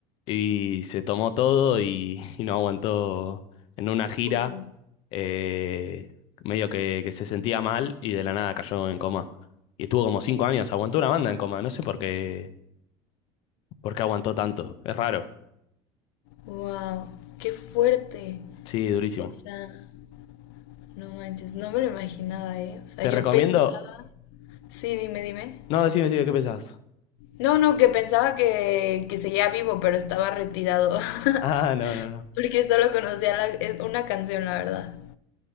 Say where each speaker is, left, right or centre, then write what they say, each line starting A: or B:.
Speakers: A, on the left (about 45°); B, on the left (about 80°).
A: y se tomó todo y, <laughs> y no aguantó en una gira,
B: Oh,
A: eh, medio que, que se sentía mal y de la nada cayó en coma. Y estuvo como cinco años, aguantó una banda en coma, no sé por qué, por qué aguantó tanto, es raro,
B: wow, qué fuerte.
A: sí, durísimo.
B: O sea, no manches, no me lo imaginaba, ¿eh? O sea,
A: Te
B: yo
A: recomiendo,
B: pensaba... Sí, dime, dime.
A: no, decime, decime, ¿qué pensás? <laughs>
B: No, no, que pensaba que, que seguía vivo, pero estaba retirado. <laughs>
A: Ah, no, no, no.
B: Porque solo conocía la- eh, una canción, la verdad.